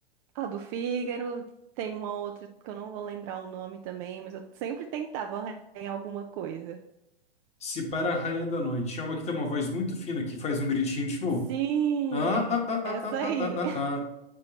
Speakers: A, on the right; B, on the left.
A: A do Fígaro, tem uma outra que eu não vou lembrar o nome também, mas eu sempre tentava arranhar alguma coisa.
B: Se para a Rainha da Noite. É uma que tem uma voz muito fina que faz um gritinho tipo.
A: Sim,
B: Ah, ah, ah,
A: essa
B: ah,
A: aí.
B: ah, ah, ah, ah. ah."